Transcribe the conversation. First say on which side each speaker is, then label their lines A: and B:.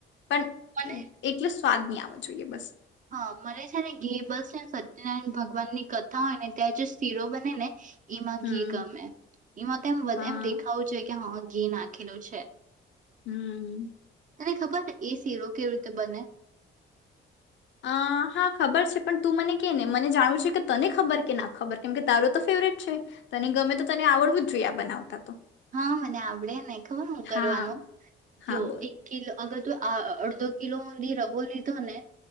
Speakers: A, on the left; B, on the right.
A: પણ
B: મને
A: એટલું સ્વાદ ની આવો જોઈએ બસ
B: હા મને છે ને ઘી બસ સત્યનારાયણ ભગવાનની કથા હોય ને ત્યાં જે શિરો બને ને એમાં
A: હમ
B: ઘી ગમે. એમાં તો એમ
A: હા
B: એમ દેખાવું જોઈએ કે હહ ઘી નાખેલું છે.
A: હમ્મ,
B: તને ખબર છે. એ શિરો કેવી રીતે બને
A: અ હા ખબર છે. પણ તું મને કે ને મને જાણવું છે કે તને ખબર કે ના ખબર કેમ કે તારું તો ફેવરેટ છે. તને ગમે તો તને આવડવું જ જોઈએ. આ બનાવતા તો
B: હા મને આપડે ને ખબર હું કરવાનું
A: હા હા
B: જો
A: બોલ
B: એક કિલો અગર તો આ અડધો કિલો મેં રવો લીધોને